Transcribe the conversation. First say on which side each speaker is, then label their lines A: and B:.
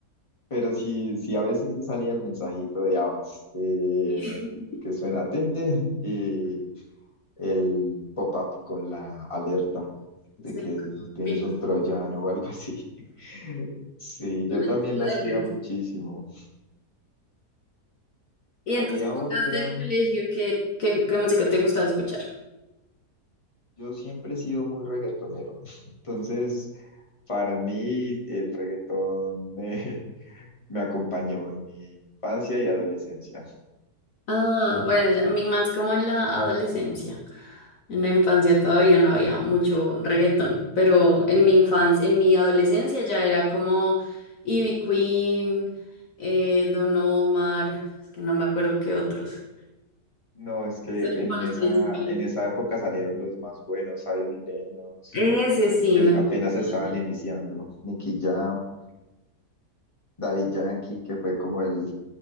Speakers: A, on the left (about 20°); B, on the left (about 55°).
A: Pero sí, sí, a veces sí salía el mensajito de Avas, eh,
B: <laughs>
A: que suena tinte y el pop-up con la alerta de
B: Sí,
A: que
B: como virus.
A: tienes un troyano o algo así. <laughs> Sí,
B: Bueno,
A: yo también
B: ya estuvo
A: lo
B: de
A: hacía
B: bueno.
A: muchísimo.
B: Y
A: Había
B: en tus épocas
A: otra,
B: del colegio, ¿qué, qué, qué música te gustaba escuchar?
A: yo siempre he sido muy reggaetonero, <laughs> entonces para mí el reggaetón eh, me acompañó en mi infancia y adolescencia.
B: Ah, bueno, ya- a mí más como en la adolescencia. En la infancia todavía no había mucho reggaetón, pero en mi infancia, en mi adolescencia ya era como Ivy Queen, eh, Don Omar, es que no me acuerdo qué otros.
A: No, es que
B: Esos eran
A: en
B: como los
A: esa,
B: principales.
A: en esa época salieron los más buenos, Zion y Lennox,
B: Ese sí,
A: que
B: no
A: apenas
B: me acuerdo
A: estaban
B: más de ellos.
A: iniciando, Nicky Jam, Daddy Yankee, que fue como el,